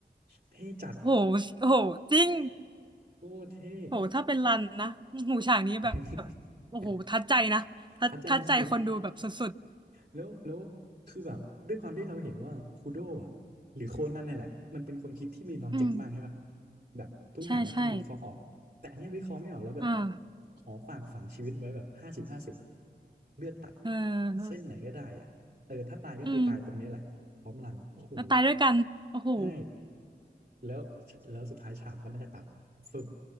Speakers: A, on the right; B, on the right.
A: เท่จัด
B: โหโห จริง
A: โอ้เท่
B: โหถ้าเป็นรันนะหูฉากนี้แบบ
A: <laughs>
B: โอ้โหทัดใจนะทัดทัดใจคนดูแบบสุด
A: ทัดใจสุด แล้ว แล้ว คือแบบ ด้วยความที่เราเห็นว่าคูโดะอ่ะหรือโคนันนี่นแหละ มันเป็นคนคิดที่มีลอจิกมากใช่ปะ
B: ๆอืม
A: แบบ ทุกอย่างมันต้องวิเคราะห์ออกอะแต่อันเนี้ยวิเคราะห์ไม่ออกแล้วแบบ
B: ใช่ใช่อ่า
A: ขอฝากฝังชีวิตไว้แบบห้าสิบห้าสิบอ่ะเลือกตัด
B: เออ
A: เส้นไหนก็ได้อ่ะเออถ้าตายก็คือตายตรงนี้แหละพร้อมรัน
B: อืม
A: โอ้โห
B: แล้วตายด้วยกันโอ้โห
A: ใช่แล้วแล้วสุดท้ายฉากก็น่าจะตัดฟึบ